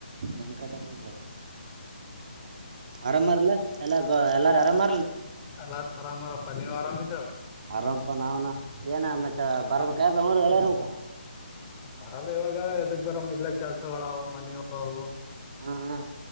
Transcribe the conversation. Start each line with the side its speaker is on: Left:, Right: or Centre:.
Right: ಮನೆ ಕಟಕುಂತ್ರೆ ಆರಾಮಾರಲ್ಲ. ಎಲ್ಲ ಎಲ್ಲಾರ ಆರಾಮ.
Left: ಎಲ್ಲರು ಆರಾಮರ್ ನೋಡ್ ಪ ನೀವು ಆರಾಮ ಇದ್ರ.
Right: ಆರಂಪ ನಾವ್ನ ಏನ ಮತ್ತೆ ಬರ್ಬೇಕ ಬೆಂಗಳೂರು ಎಳ ಇರ್ಬೇಕ.
Left: ಬರಲ್ಲ ಇವಾಗ ಎದಕ್ ಬರಮ ಇಲ್ಲ ಕೆಲ್ಸಗಳಾವ ಮನೆಯವು.
Right: ಹ್ಮ ಹ್ಮ